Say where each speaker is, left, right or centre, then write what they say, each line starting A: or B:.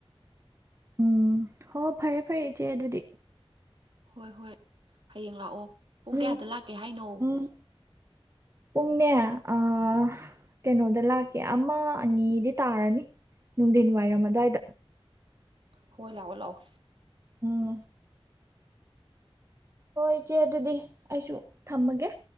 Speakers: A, on the right (about 30°); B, on the right (about 60°).
A: ꯎꯝ ꯍꯣ ꯐꯔꯦ ꯐꯔꯦ ꯏꯆꯦ ꯑꯗꯨꯗꯤ
B: ꯍꯣꯏ ꯍꯣꯏ ꯍꯌꯦꯡ ꯂꯥꯛꯑꯣ ꯄꯨꯡ
A: ꯎꯝ
B: ꯀꯌꯥꯗ ꯂꯥꯛꯀꯦ ꯍꯥꯏꯅꯣ
A: ꯎꯝ ꯄꯨꯡꯅꯦ ꯑꯥ ꯀꯩꯅꯣꯗ ꯂꯥꯛꯀꯦ ꯑꯃ ꯑꯅꯤꯗꯤ ꯇꯥꯔꯅꯤ ꯅꯨꯡꯊꯤꯟ ꯋꯥꯏꯔꯝ ꯑꯗꯥꯏꯗ
B: ꯍꯣꯏ ꯂꯥꯛꯑꯣ ꯂꯥꯛꯑꯣ
A: ꯎꯝ ꯍꯣꯏ ꯏꯆꯦ ꯑꯗꯨꯗꯤ ꯑꯩꯁꯨ ꯊꯝꯃꯒꯦ